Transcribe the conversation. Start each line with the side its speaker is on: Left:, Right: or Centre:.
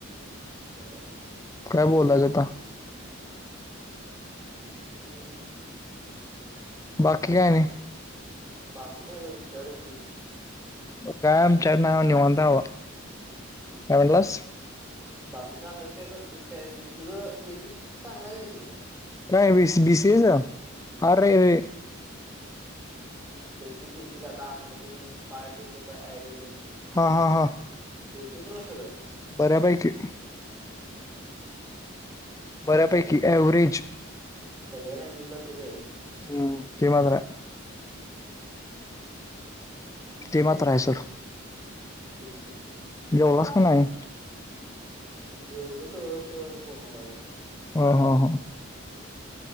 Right: <unintelligible>
Left: काय बोलायचं आता.
Right: हम्म.
Left: बाकी काय आणि.
Right: बाकी काय तुमच्याकडच की,
Left: काय आमचाकड नाही बा, निवांत आहे बाबा काय म्हटलास.
Right: बाकीचा अभ्यास काय करतोस, काय म्हणजे तुझं बेसिक चांगला आहे वेरे.
Left: काय बीसीएचा आरे रे.
Right: बेसिक बेसिक आता आपलं तेन, पार्ट होतं ब एरे थीन.
Left: हा हा हा.
Right: ते येतेय तुला सगळं.
Left: बऱ्या पैकी. बऱ्यापैकी
Right: कारण सग-
Left: एव्हरेज
Right: सगळ्या लँग्वेजला तेच आहे रे
Left: हं ते मात्र ये. ते मात्र आहे सोड.
Right: तेच की.
Left: जेवलास काय नाही.
Right: जेवलो तवरंच, फोन आला बघ.
Left: हा हा हा.